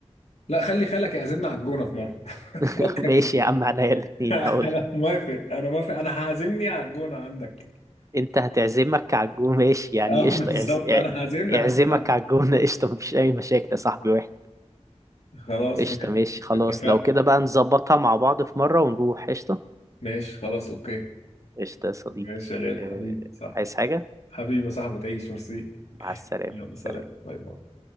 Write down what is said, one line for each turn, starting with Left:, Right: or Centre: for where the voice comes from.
Left: لا خلي خالك يعزمنا على الجونة في مرة <laughs>
Right: <laughs>
Left: فكك
Right: ماشي
Left: من المريخ
Right: يا عم عليا الاتنين
Left: <laughs>
Right: هقول
Left: انا موافق انا موافق انا هعزمني على الجونة عندك
Right: انت هتعزمك على الجو ماشي يعني
Left: اه
Right: قشطة
Left: بالظبط
Right: اعز... اع-
Left: انا هعزمني
Right: اعزمك
Left: على الجونة عندك
Right: على الجونة <laughs> قشطة مفيش أي مشاكل يا صاحبي واحد
Left: خلاص
Right: قشطة
Left: ماشي
Right: ماشي خلاص
Left: اتفقنا
Right: لو كده بقى نظبطها مع بعض في مرة ونروح قشطة
Left: ماشي خلاص اوكي
Right: قشطة يا صديقي
Left: ماشي يا غالي
Right: آه،
Left: حبيبي صح
Right: عايز حاجة؟
Left: حبيبي يا صاحبي تعيش ميرسي
Right: مع السلامة
Left: يلا
Right: سلام
Left: سلام باي باي